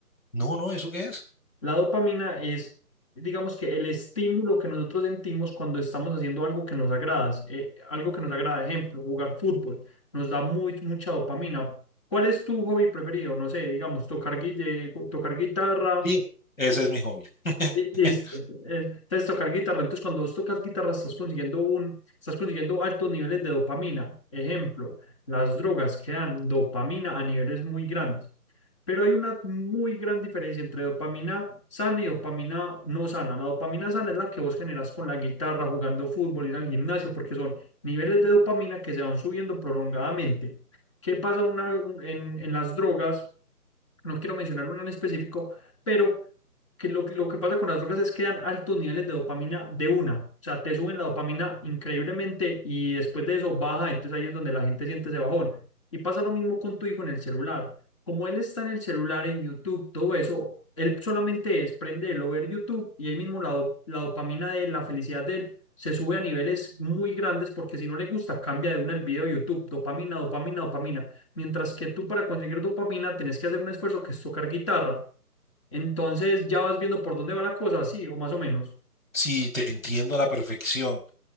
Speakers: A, on the left; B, on the left.
A: No, no, ¿eso qué es?
B: La dopamina es, digamos que el estímulo que nosotros sentimos cuando estamos haciendo algo que nos agrada, eh, algo que nos agrada, ejemplo, jugar fútbol, nos da muy, mucha dopamina. ¿Cuál es tu hobby preferido? No sé, digamos, tocar, gui- eh, tocar guitarra.
A: Sí, ese es mi hobby. <laughs>
B: eh, Listo. eh, Entonces, tocar guitarra. Entonces, cuando vos tocas guitarra, estás consiguiendo un, estás consiguiendo altos niveles de dopamina. Ejemplo, las drogas que dan dopamina a niveles muy grandes. Pero hay una muy gran diferencia entre dopamina sana y dopamina no sana. La dopamina sana es la que vos generas con la guitarra, jugando fútbol, ir al gimnasio, porque son niveles de dopamina que se van subiendo prolongadamente. ¿Qué pasa una- un- en, en las drogas? no quiero mencionar uno en específico, pero que lo, que lo que pasa con las drogas es que dan altos niveles de dopamina de una. O sea, te suben la dopamina increíblemente y después de eso baja, entonces ahí es donde la gente siente ese bajón. Y pasa lo mismo con tu hijo en el celular. Como él está en el celular, en YouTube, todo eso, él solamente es prenderlo, ver YouTube y ahí mismo la, do- la dopamina de él, la felicidad de él. Se sube a niveles muy grandes porque si no le gusta, cambia de una el video de YouTube, dopamina, dopamina, dopamina. Mientras que tú para conseguir dopamina tenés que hacer un esfuerzo que es tocar guitarra. Entonces ya vas viendo por dónde va la cosa, sí, o más o menos.
A: Sí, te entiendo a la perfección.